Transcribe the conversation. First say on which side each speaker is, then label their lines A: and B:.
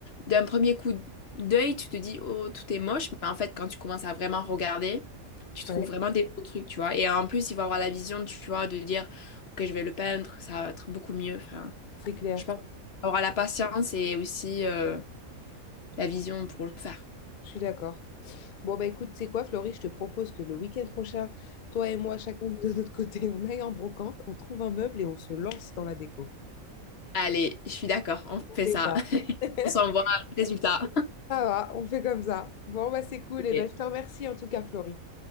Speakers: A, on the left; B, on the left.
A: d'un premier coup d'œil, tu te dis, oh, tout est moche. Mais en fait, quand tu commences à vraiment regarder, tu trouves
B: ouais,
A: vraiment des beaux trucs, tu vois. Et en plus, il faut avoir la vision, tu vois, de dire, ok, je vais le peindre, ça va être beaucoup mieux. Enfin,
B: c'est clair,
A: je pense qu'il faut avoir la patience et aussi euh, la vision pour le faire.
B: je suis d'accord. Bon, bah écoute, c'est quoi, Florie, je te propose que le week-end prochain, toi et moi, chacun de notre côté, on aille en brocante, on trouve un meuble et on se lance dans la déco.
A: Allez, je suis d'accord, on
B: On
A: fait
B: fait
A: ça.
B: ça.
A: <laughs>
B: <laughs>
A: On s'envoie le résultat.
B: Ça va, on fait comme ça. Bon, bah c'est cool,
A: Ok.
B: et ben je te remercie en tout cas, Florie.